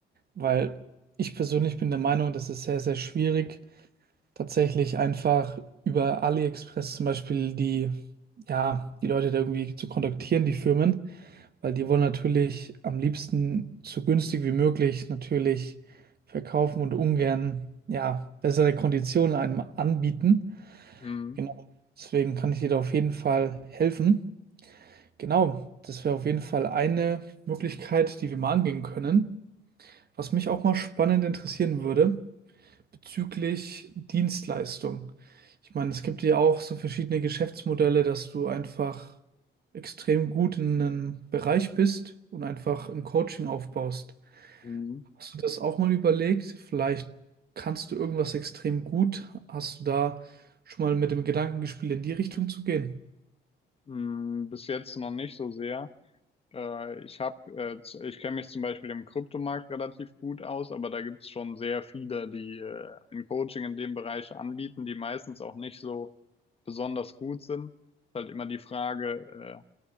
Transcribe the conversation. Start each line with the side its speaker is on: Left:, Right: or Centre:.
Right: weil ich persönlich bin der Meinung, das ist sehr, sehr schwierig tatsächlich einfach über AliExpress zum Beispiel die, ja, die Leute da irgendwie zu kontaktieren, die Firmen, weil die wollen natürlich am liebsten so günstig wie möglich natürlich verkaufen und ungern, ja, bessere Konditionen einem anbieten.
Left: Mhm.
Right: Genau, deswegen kann ich dir da auf jeden Fall helfen. Genau, das wäre auf jeden Fall eine Möglichkeit, die wir mal angehen können. Was mich auch mal spannend interessieren würde, bezüglich Dienstleistung. Ich meine, es gibt ja auch so verschiedene Geschäftsmodelle, dass du einfach extrem gut in einem Bereich bist und einfach ein Coaching aufbaust.
Left: Mhm.
Right: Hast du das auch mal überlegt? Vielleicht kannst du irgendwas extrem gut. Hast du da schon mal mit dem Gedanken gespielt, in die Richtung zu gehen?
Left: Mhm. Bis jetzt noch nicht so sehr. Äh, ich habe, äh, z- ich kenne mich zum Beispiel im Kryptomarkt relativ gut aus, aber da gibt es schon sehr viele, die äh, ein Coaching in dem Bereich anbieten, die meistens auch nicht so besonders gut sind. Ist halt immer die Frage, äh,